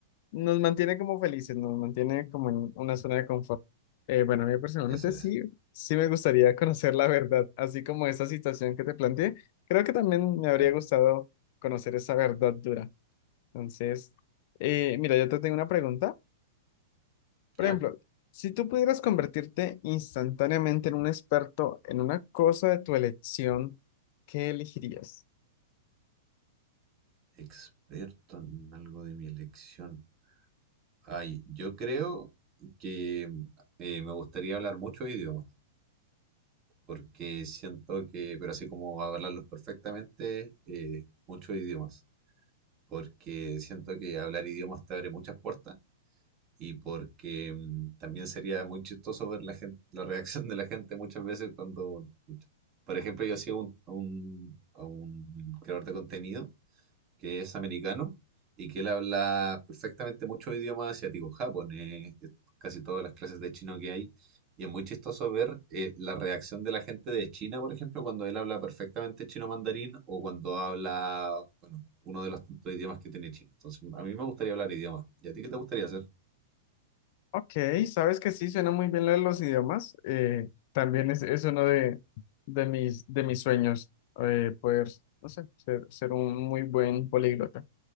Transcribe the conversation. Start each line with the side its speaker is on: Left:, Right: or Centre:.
Left: nos mantiene como felices, nos mantiene como en una zona de confort. Eh, bueno, a mí personalmente
Right: eso
Left: sí,
Right: es.
Left: sí me gustaría <laughs> conocer la verdad, así como esa situación que te planteé. Creo que también me habría
Right: Claro.
Left: gustado conocer esa verdad dura. Entonces, eh, mira, yo te tengo una pregunta. Por
Right: ¿Ya?
Left: ejemplo, si tú pudieras convertirte instantáneamente en un experto en una cosa de tu elección, ¿qué elegirías?
Right: Experto en algo de mi elección. Ay, yo creo que eh, me gustaría hablar muchos idiomas, porque siento que, pero así como hablarlos perfectamente, eh, muchos idiomas, porque siento que hablar idiomas te abre muchas puertas y porque mm, también sería muy chistoso ver la gente, la reacción de la gente muchas veces cuando, por ejemplo, yo sigo un- a un, a un creador de contenido que es americano y que él habla perfectamente muchos idiomas asiáticos, japonés, eh, casi todas las clases de chino que hay. Y es muy chistoso ver eh, la reacción de la gente de China, por ejemplo, cuando él habla perfectamente chino mandarín o cuando habla, bueno, uno de los tantos idiomas que tiene China. Entonces, a mí me gustaría hablar idiomas. ¿Y a ti qué te gustaría hacer?
Left: Ok, sabes que sí, suena muy bien lo de los idiomas. eh, también es, es uno de, de mis, de mis sueños, eh, poder, no sé, ser, ser un muy buen políglota.